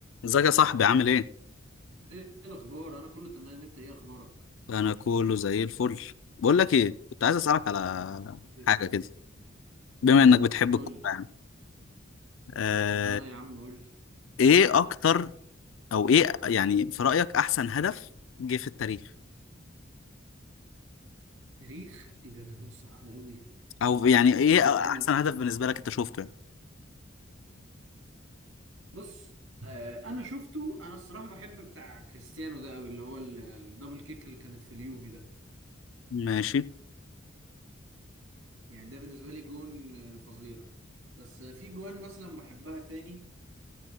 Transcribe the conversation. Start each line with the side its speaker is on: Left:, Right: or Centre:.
Left: ازيك يا صاحبي عامل ايه؟
Right: ايه الاخبار انا كله تمام انت ايه اخبارك
Left: انا كله زي الفل بقول لك ايه كنت عايز اسالك على
Right: إيه،
Left: حاجه كده بما انك بتحب
Right: قول
Left: الكوره
Right: لي
Left: يعني آه
Right: اه يا عم قول لي
Left: ايه اكتر او ايه يعني في رايك احسن هدف جه في التاريخ
Right: تاريخ ايه ده ده كان صعب قوي
Left: او يعني ايه
Right: ده سؤال
Left: احسن هدف بالنسبه لك انت شفته يعني
Right: بص آه انا شفته انا الصراحه بحب بتاع كريستيانو ده قوي اللي هو ال- الدبل كيك اللي كانت في اليوفي ده
Left: ماشي
Right: يعني ده بالنسبه لي جون آه، فظيع بس آه، في جوان مثلا بحبها تاني